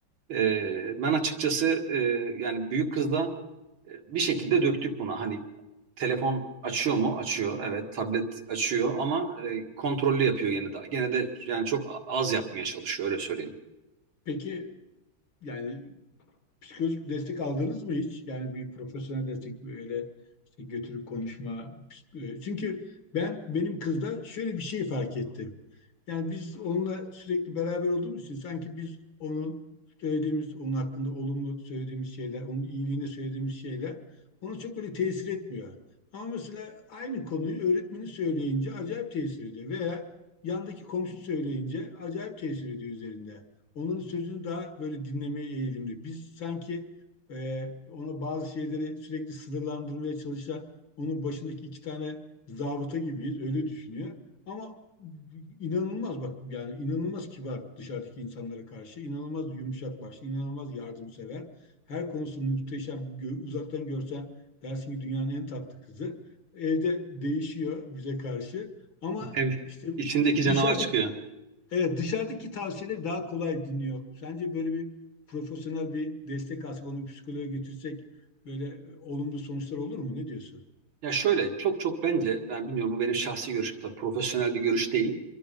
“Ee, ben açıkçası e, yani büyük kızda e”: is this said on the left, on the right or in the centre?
Right